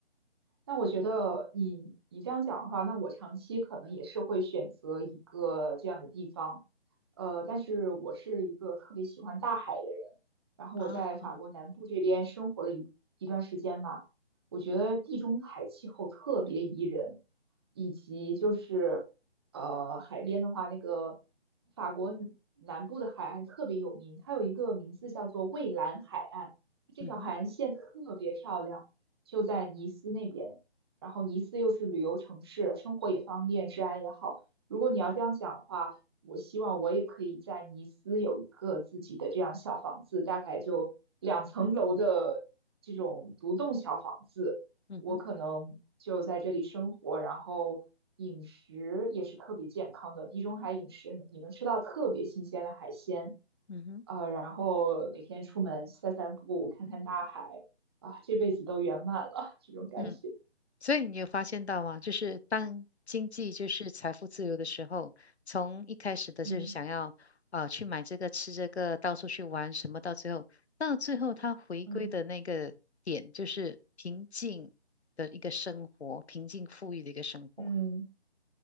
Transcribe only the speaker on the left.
啊，
嗯哼，
嗯哼，
嗯哼，
嗯。所以你有发现到吗？就是当经济就是财富自由的时候，从一开始的就是想要啊、
呃去买这个吃这个，到处去玩什么，到最后到最后他回归的那个点就是平静的一个生活，
平静富裕的一个生活。